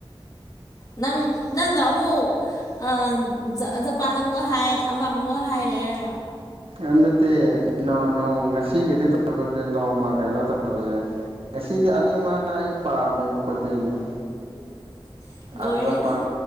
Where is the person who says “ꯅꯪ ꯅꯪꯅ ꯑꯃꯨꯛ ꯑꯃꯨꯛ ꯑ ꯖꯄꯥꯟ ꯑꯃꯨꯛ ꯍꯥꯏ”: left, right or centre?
Left